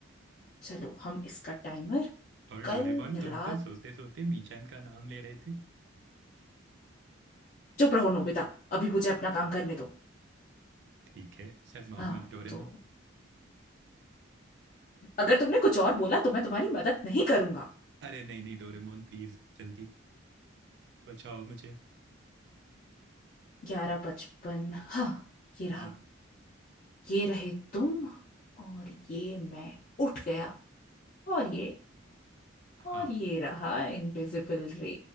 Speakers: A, on the left (about 40°); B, on the right (about 55°).
A: चलो हम इसका टाइमर
B: और
A: कल
B: डोरेमोन तुम
A: रात
B: तो सोते सोते मीचान का नाम ले रहे थे
A: चुप रहो नोबिता अभी मुझे अपना काम करने दो
B: ठीक है शर्माओ
A: हाँ
B: मत डोरेमोन
A: तो अगर तुमने कुछ और बोला तो मैं तुम्हारी मदद नहीं करूंगा
B: अरे नहीं नहीं डोरेमोन प्लीज जल्दी बचाओ मुझे
A: ग्यारह पचपन हाँ ये रहा
B: हाँ
A: ये रहे तुम और ये मैं उठ गया और ये
B: हाँ
A: और ये रहा इनविजिबल रे